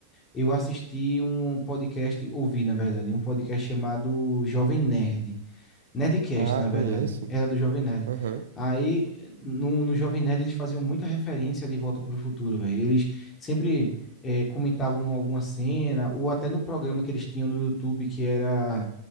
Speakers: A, on the left; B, on the right.
A: Eu assisti um podcast, ouvi, na verdade, um podcast chamado Jovem Nerd. Nerdcast,
B: Ah,
A: na
B: conheço.
A: verdade. Era do Jovem Nerd.
B: Aham.
A: Aí, no, no Jovem Nerd, eles faziam muita referência de Volta para o Futuro, velho. Eles sempre é, comentavam alguma cena, ou até no programa que eles tinham no YouTube, que era